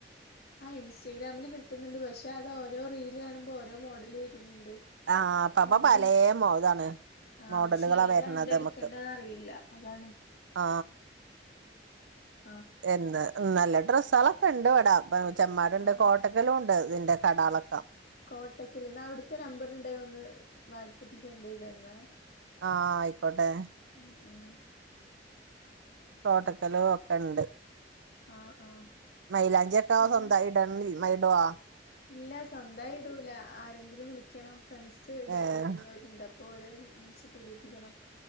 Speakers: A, on the left (about 60°); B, on the right (about 85°).
A: ആ ഇൻസ്റ്റഗ്രാമില് കിട്ടുന്നുണ്ട് പക്ഷെ അത് ഓരോ റീല് കാണുമ്പോ ഓരോ മോഡല് വരുന്നുണ്ട്.
B: ആ അപ്പാപ്പ
A: എന്താ
B: പലേ മോതാണ്.
A: ആഹ്
B: മോഡലുകളാ
A: പക്ഷെ ഏതാ
B: വരണത്
A: എന്തെടുക്കണ്ടന്ന്
B: നമുക്ക്
A: അറിയില്ല അതാണ്
B: ആ
A: ആഹ്
B: എന്ന് നല്ല ഡ്രസ്സളൊക്കെ ഉണ്ട് ഇവിടാ ഇപ്പ ചെമ്മാടുണ്ട്
A: ആഹ്
B: കോട്ടക്കലും ഉണ്ട് ഇതിന്റെ കടാളൊക്കെ.
A: കോട്ടക്കൽ എന്നാ അവിടുത്തെ നമ്പർ ഉണ്ടായോ ഒന്ന് വാട്സആപ്പിൽ സെൻഡ് ചെയ്ത് തരണേ.
B: ആ ആയിക്കോട്ടെ.
A: ഉം ഉം
B: കോട്ടക്കല് ഒക്കെ ഉണ്ട്.
A: ആഹ് ആഹ്
B: മൈലാഞ്ചി ഒക്കെ
A: പിന്നെ
B: സ്വന്തായിട്ട് ഇട മൈ ഇടവോ?
A: ഇല്ല സ്വന്തമായി ഇടൂല ആരെങ്കില ലും വിളിക്കണം ഫ്രണ്ട്സ് ഇട്
B: ഏഹ്
A: ഇടുന്നവരുണ്ട് അപ്പൊ ഓര് വിളിച്ചിട്ടിടിപ്പിക്കണം.